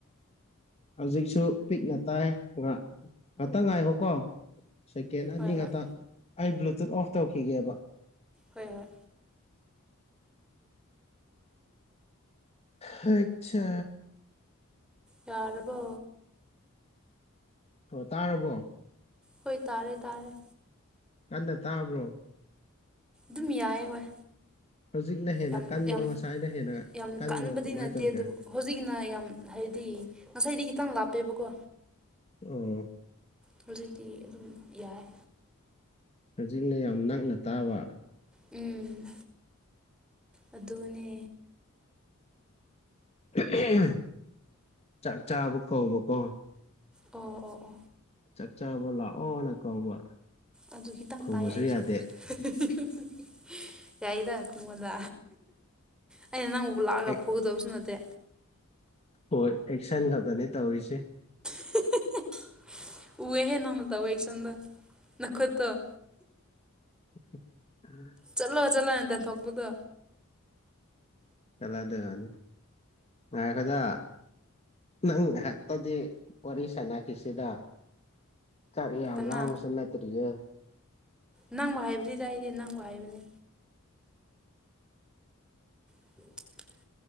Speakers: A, on the left; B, in the centre.
A: ꯍꯧꯖꯤꯛꯁꯨ ꯄꯤꯛꯅ ꯇꯥꯏꯌ‌ꯦ ꯉꯥꯛ ꯉꯥꯛꯇꯪ ꯉꯥꯏꯈꯣꯀꯣ ꯁꯦꯀꯦꯟ ꯑꯅꯤ
B: ꯍꯣꯏ
A: ꯈꯇꯥ
B: ꯍꯣꯏ ꯑꯥ
A: ꯑꯩ ꯕ꯭ꯂꯨꯇꯨꯠ ꯑꯣꯐ ꯇꯧꯈꯤꯒꯦꯕ
B: ꯍꯣꯏ ꯍꯣꯏ
A: ꯍꯩꯠꯆꯥ
B: ꯌꯔꯕꯣ
A: ꯑꯣ ꯇꯥꯔꯕꯣ
B: ꯍꯣꯏ ꯇꯥꯔꯦ ꯇꯥꯔꯦ
A: ꯀꯟꯅ ꯇꯥꯕ꯭ꯔꯣ
B: ꯗꯨꯝ ꯌꯥꯏ ꯍꯣꯏ
A: ꯍꯧꯖꯤꯛꯅ ꯍꯦꯟꯅ
B: ꯌꯥꯝ
A: ꯀꯟꯕ꯭ꯔꯣ
B: ꯌꯥꯝ
A: ꯉꯁꯥꯏꯅ ꯍꯦꯟꯅ
B: ꯌꯥꯝ
A: ꯀꯟꯕ꯭ꯔꯣ
B: ꯀꯟꯕꯗꯤ
A: ꯀꯃꯥꯏ
B: ꯅꯠꯇꯦ
A: ꯇꯧꯒꯦ
B: ꯑꯗꯨ ꯍꯧꯖꯤꯛꯀꯤꯅ ꯌꯥꯝ ꯍꯥꯏꯗꯤ ꯉꯁꯥꯏꯗꯤ ꯈꯤꯇꯪ ꯂꯥꯞꯄꯦꯕꯀꯣ
A: ꯑꯣ
B: ꯍꯧꯖꯤꯛꯗꯤ ꯑꯗꯨꯝ ꯌꯥꯏ
A: ꯍꯧꯖꯤꯛꯅ ꯌꯥꯝ ꯅꯛꯅ ꯇꯥꯕ
B: ꯎꯝ ꯑꯗꯨꯅꯦ
A: <unintelligible> ꯆꯥꯛ ꯆꯥꯕ ꯀꯧꯕꯀꯣ
B: ꯑꯣ ꯑꯣ ꯑꯣ
A: ꯆꯥꯛ ꯆꯥꯕ ꯂꯥꯛꯑꯣꯅ ꯀꯧꯕ
B: ꯑꯗꯨ ꯈꯤꯇꯪ
A: ꯈꯨꯝꯕꯁꯨ
B: ꯇꯥꯏꯌꯦ ꯑꯩꯁꯨ
A: ꯌꯥꯗꯦ
B: <unintelligible> ꯌꯥꯏꯗ ꯈꯨꯡꯃ‌ꯣꯗ ꯑꯩꯅ ꯅꯪꯕꯨ ꯍꯨꯜꯂꯛꯑꯒ
A: ꯑꯦꯛ
B: ꯐꯨꯒꯗꯕꯁꯨ ꯅꯠꯇꯦ
A: ꯍꯣꯏ ꯑꯦꯛꯁꯟ ꯈꯗ ꯅ‌ꯦ ꯇꯧꯏꯁ‌ꯦ
B: <unintelligible> ꯎꯌ‌ꯦꯍꯦ ꯅꯪꯅ ꯇꯧꯋꯦ ꯑ‌ꯩꯛꯁꯟꯗ‌ꯣ ꯅꯈꯨꯠꯇ‌ꯣ
A: <unintelligible>
B: ꯆꯠꯂꯣ ꯆꯠꯂꯣ ꯍꯥꯏꯅ ꯇꯟꯊꯣꯛꯄꯗꯣ
A: <unintelligible> ꯉꯥꯏꯈꯣꯗꯥ ꯅꯪ ꯉꯥꯏꯍꯛꯇꯗꯤ ꯋꯥꯔꯤ ꯁꯥꯟꯅꯈꯤꯁꯤꯗ ꯆꯥꯛ ꯌꯥꯝ
B: ꯀꯅꯥ
A: ꯂꯥꯝꯕꯁꯨ ꯅꯠꯇꯔꯤꯌ‌ꯦ
B: ꯅꯪꯕꯨ ꯍꯥꯏꯕꯅꯤꯗ ꯑꯩꯗꯤ ꯅꯪꯕꯨ ꯍꯥꯏꯕꯅꯦ <unintelligible>